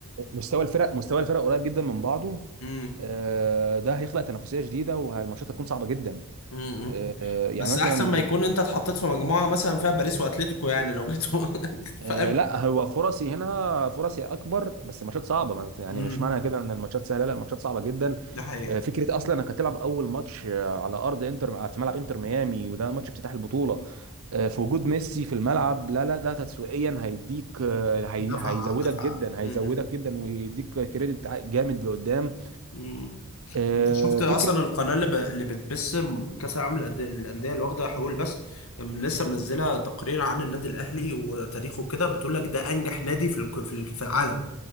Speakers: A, on the right (about 75°); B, on the left (about 80°).
A: مستوى الفرق مستوى الفرق قريب جدا من بعضه
B: <laughs>
A: آه، ده هيخلق تنافسيه جديده والماتشات هتكون صعبه جدا
B: امم
A: آه، يعني
B: بس
A: مثلا
B: احسن ما يكون انت اتحطيت في مجموعه مثلا فيها باريس واتليتيكو يعني لو جيت <laughs>
A: آه،
B: فاهم
A: لا هو فرصي هنا فرصي اكبر بس الماتشات صعبه ما- يعني
B: امم
A: مش معنى كده ان الماتشات سهله لا الماتشات صعبه جدا
B: ده حقيقة
A: آه، فكره اصلا انك هتلعب اول ماتش آه، على ارض انتر آه، في ملعب انتر ميامي وده ماتش افتتاح البطوله آه، في وجود ميسي في الملعب لا لا ده تسويقيا هيديك آه، هي-
B: دفع
A: هيزودك
B: دفع
A: جدا
B: امم
A: هيزودك جدا ويديك كريدت ع- جامد لقدام
B: مم.
A: آه،
B: انت شفت
A: فكره
B: اصلا القناه اللي, ب... اللي بتبث كاس العالم للأندية- الانديه اللي واخده حقوق بس لسه منزله تقرير عن النادي الاهلي وتاريخه كده بتقول لك ده انجح نادي في الك- في ال- في العالم